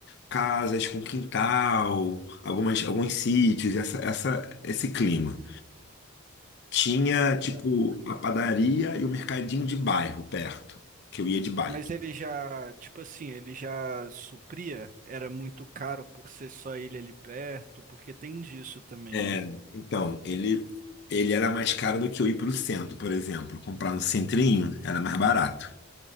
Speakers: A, on the left; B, on the right.
A: casas com quintal, algumas, alguns sítios, essa, essa, esse clima. Tinha, tipo,
B: Certo. Aham.
A: a padaria e o mercadinho de bairro perto, que eu ia de bike.
B: Mas ele já, tipo assim, ele já supria, era muito caro por ser só ele ali perto, porque tem disso também,
A: É,
B: né?
A: então, ele, ele era mais caro do que eu ir pro centro, por exemplo. Comprar no centrinho era mais barato.